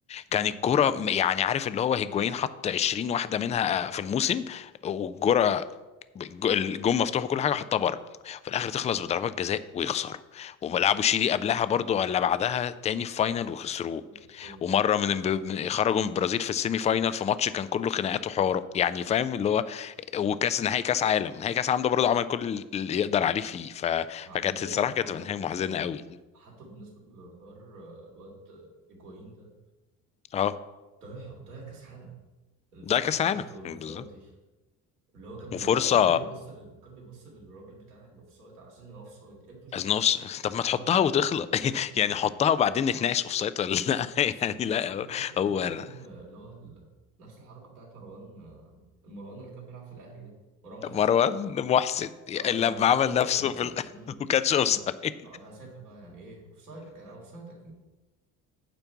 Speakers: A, on the right (about 80°); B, on the left (about 15°).
A: مم،
B: كان الكرة م- يعني عارف اللي هو هيجوايين حط 20 واحدة منها آه، في الموسم والكرة الج- الجون مفتوح وكل حاجه حطها بره وفي الاخر تخلص بضربات جزاء ويخسروا ولعبوا شيلي قبلها برضو ولا بعدها تاني في فاينل وخسروه
A: لوكاس رو
B: ومره من من- خرجوا من البرازيل في السيمي فاينل في ماتش كان كله خناقات وحوارات يعني فاهم
A: مم.
B: اللي هو وكاس نهائي كاس عالم نهائي كاس عالم ده برضو عمل كل اللي يقدر عليه فيه ف...
A: عقل
B: فكانت
A: بدع
B: الصراحه
A: اه
B: كانت تبقى نهايه محزنه
A: يعني
B: قوي
A: ال- حتى بالنسبه للحوار آه، الواد ايجوين ده
B: اه
A: ضيع ضيع كاس عالم الفرصه
B: ده كاس
A: بتاعته
B: عالم
A: والانفراد
B: بالظبط
A: دي اللي هو كان بيقول
B: وفرصه
A: لا وكان بيبص لل... وكان بيبص للراجل بتاع الاوف سايد على سن اوف سايد يا ابني مش
B: ازنوفس
A: اوف سايد
B: طب
A: انت
B: ما
A: حمار
B: تحطها
A: عادي
B: وتخلص <laughs>
A: بالظبط
B: يعني حطها وبعدين نتناقش اوف سايد ولا لا <laughs>
A: بالظبط
B: يعني لا
A: عارف انت اللي فاكر
B: هو
A: انت الكون آه، اللي هو ال... نفس الحركه بتاعت مروان آه، المروان اللي كان بيلعب في الاهلي ده مروان محسن
B: مروان محسن
A: اه
B: لما
A: لما ساب
B: عمل
A: الكوره
B: نفسه
A: و
B: في ال... <laughs>
A: امم
B: وكانش اوف
A: انا
B: سايد
A: آه، انا هسيبها بقى يعني ايه اوف سايد كان اوف سايد اكيد